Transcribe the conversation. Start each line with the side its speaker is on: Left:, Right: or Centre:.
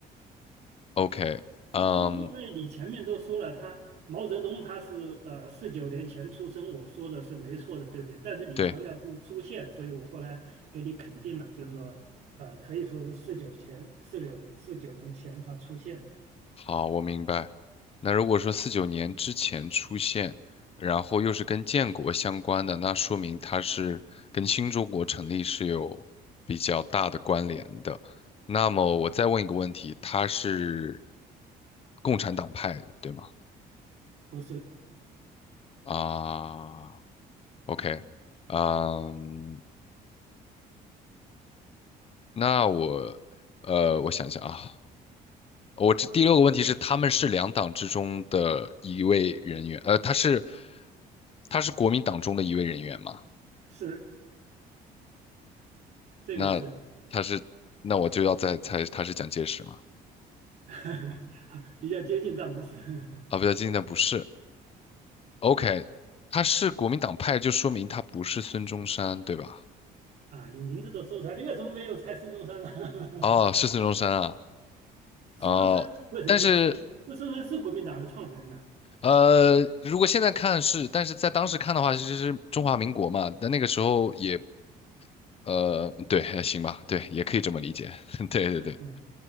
Left: ？OK，嗯，
Right: 因因因为你前面都说了，他毛泽东他是呃四九年前出生，我说的是没错的，对不对？但是你强调是出现，
Left: 对，
Right: 所以我后来给你肯定了，就是说呃，可以说是四九前四九四九年前他出现的，
Left: 好，我明白。那如果说四九年之前出现，然后又是跟建国相关的，那说明它是跟新中国成立是有比较大的关联的。那么我再问一个问题，它是共产党派的，对吗？
Right: 不是，
Left: 啊，OK，嗯，那我呃，我想想啊，我这第六个问题是，他们是两党之中的一位人员，呃，他是他是国民党中的一位人员嘛？
Right: 是这个是
Left: 那他是，那我就要再猜他是蒋介石吗？
Right: <laughs> 比较接近，但不是。<laughs>
Left: 啊，不对，今那不是。OK，他是国民党派，就说明他不是孙中山，对吧？
Right: 啊，你名字都说出来，你为什么没有猜孙中山呢？<laughs>
Left: 哦，是孙中山啊，
Right: 孙中山为什么不是孙中？
Left: 哦，但是
Right: 孙中山是国民党的创始人呢？
Left: 呃，如果现在看是，但是在当时看的话，其实是中华民国嘛，但那个时候也呃，对，还行吧，对，也可以这么理解，<laughs> 对对对，
Right: 嗯